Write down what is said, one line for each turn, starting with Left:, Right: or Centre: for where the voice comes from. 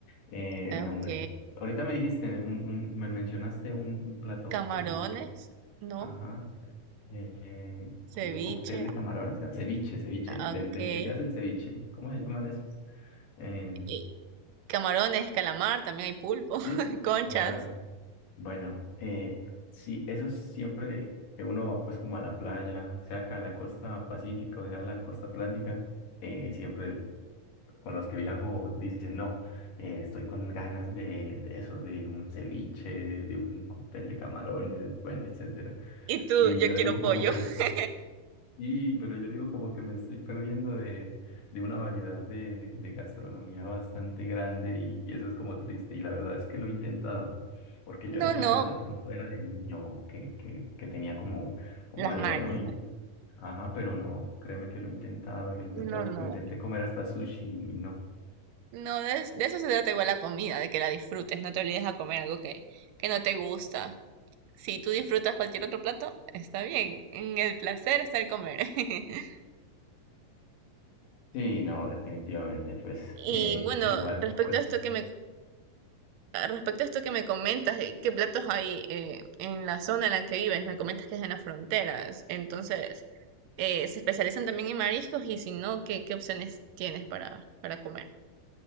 Left: eh,
Right: Ok.
Left: el nombre. Ahorita me dijiste, un, un, me mencionaste un, un plato
Right: Camarones,
Left: que me dijiste,
Right: ¿no?
Left: ajá, eh,
Right: Ceviche,
Left: como un cóctel de camarones, ¿era? Ceviche, ceviche, el,
Right: ah,
Left: del
Right: ok.
Left: del que se hace el ceviche. ¿Cómo se llaman esos? Em,
Right: Y camarones, calamar, también hay pulpo, <laughs>
Left: sí, sí,
Right: conchas.
Left: camarones. Bueno, eh, sí, eso siempre que uno va pues como a la playa, sea acá a la costa pacífica o sea a la costa atlántica, eh, siempre el- con los que viajo dicen, no, eh, estoy con ganas de, de eso, de un ceviche, de un cóctel de camarones, bueno, etcétera.
Right: Y tú,
Left: Y
Right: yo
Left: yo
Right: quiero
Left: digo
Right: pollo.
Left: como que
Right: <laughs>
Left: y, pero yo digo como que me estoy perdiendo de, de una variedad de, de gastronomía bastante grande y, y eso es como triste. Y la verdad es que lo he intentado, porque yo
Right: No,
Left: decía,
Right: no,
Left: bueno, de pronto era de niño que, que, que tenía como, como
Right: las
Left: algo,
Right: mañas.
Left: ¿no? Y, ajá, pero no, créeme que lo he intentado, lo he intentado,
Right: No, no.
Left: co- intenté comer hasta sushi y no.
Right: No, de, es- de eso se trata igual la comida, de que la disfrutes. No te olvides a comer algo que, que no te gusta. Si tú disfrutas cualquier otro plato, está bien. En el placer está el comer. <laughs>
Left: Sí, no, definitivamente, pues
Right: Y
Left: eh,
Right: bueno,
Left: igual,
Right: respecto
Left: pues
Right: a esto que me Ah, Respecto a esto que me comentas, eh, ¿qué platos hay eh, en la zona en la que vives? Me comentas que es en las fronteras. Entonces, eh, ¿se especializan también en mariscos? Y si no, ¿qué, qué opciones tienes para, para comer?